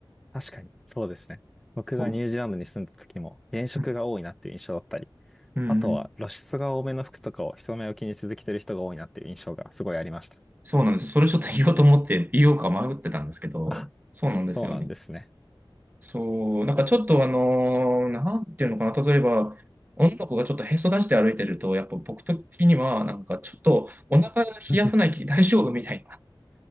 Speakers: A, in the centre; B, on the right.
A: 確かに、そうですね。僕がニュージーランドに住んだ時も、
B: そ
A: 原色が多いなっていう印象だったり、
B: ううんうんうん
A: あとは露出が多めの服とかを人目を気にせず着てる人が多いなっていう印象がすごいありました。
B: そうなんです。それちょっと言おうと思って、言おうか迷ってたんですけど、
A: あ、
B: そうなんですよね。
A: そうなんですね。
B: そう、なんかちょっとあのーなんていうのかな、例えば、女の子がちょっとへそ出して歩いてると、やっぱ僕的には、なんかちょっとお腹冷やさない気大丈夫みたいな
A: <laughs>